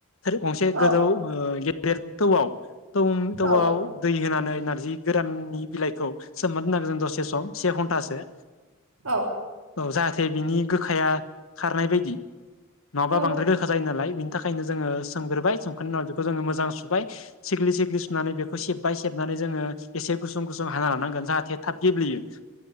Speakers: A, on the left; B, on the right.
A: गंसे
B: औ
A: गोदौ एर थौ आव थौम थौआव
B: औ
A: दै होनानै नारजि गोराननि बिलाइखौ सोमना दोनो आरो जों दसे सम से घन्टासो।
B: औ।
A: औ जाहाथे बिनि गोखाया खारनाय बायदि। नङाबा
B: औ
A: बांद्राय गोखा जायो नालाय बिनि थाखायनो जोङो सोमग्रोबाय सोमखांनायनि उनाव बेखौ जोङो मोजां सुबाय सिग्लि सिग्लि सुनानै बेखौ सेबबाय सेबनानै जोङो एसे गुसु सुं गुसुं हाना लानांगोन जाहाथे थाब गेब्लेयो।